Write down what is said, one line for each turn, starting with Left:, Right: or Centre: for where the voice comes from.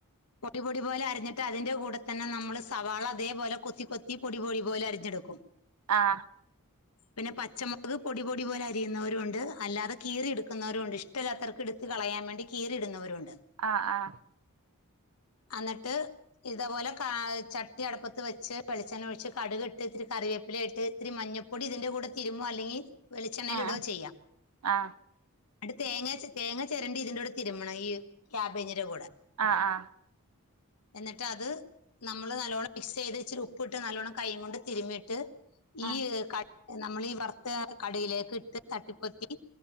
Left: പൊടി-പൊടി പോലെ അരിഞ്ഞിട്ട് അതിന്റെ കൂടെതന്നെ നമ്മള് സവാള അതേപോലെ കൊത്തി കൊത്തി പൊടി-പൊടി പോലെ അരിഞ്ഞെടുക്കും
Right: ആഹ
Left: പിന്നെ പച്ചമുളക് പൊടി -പൊടി പോലെ അരിയുന്നവരുണ്ട് അല്ലാതെ കീറി എടുക്കുന്നവരുണ്ട് ഇഷ് ഷ്ടല്ലാത്തവർക് എടുത്ത് കളയാൻ വേണ്ടി കീറിടുന്നവരുണ്ട്
Right: ആഹ ആഹ
Left: എന്നിട്ട് ഇതേപോലെ ചട്ടി അടപ്പത്ത് വെച്ച് വെളിച്ചെണ്ണ ഒഴിച്ച് കടുകിട്ട് ഇത്തിരി കറിവേപ്പില ആയിട്ട് ഇത്തിരി മഞ്ഞപ്പൊടി ഇതിന്റെ കൂടെ തിരുമോ അല്ലെങ്കിൽ വെളിച്ചെണ്ണയിലിടോ
Right: ഉം
Left: ചെയ്യാം
Right: ആഹ്
Left: അടു <unintelligible> തേങ്ങ - തേങ്ങ ചിരണ്ടി ഇതിന്റെക്കൂടെ തിരുമണം ഈ ക്യാബേജിന്റെ കൂടെ
Right: ആ ആ
Left: എന്നിട്ട് അത് നമ്മൾ നല്ലോണം പിക്സ് ചെയ്ത് ച്ചിരി ഉപ്പിട്ട് നല്ലോണം കൈയ്യിങ്ങ് കൊണ്ട് തിരുമ്മിയിട്ട് ഈ
Right: ആഹ്
Left: യ് ക നമ്മൾ ഈ വർത്ത് കടകിലേക്ക് ഇട്ട് തട്ടിപ്പൊത്തി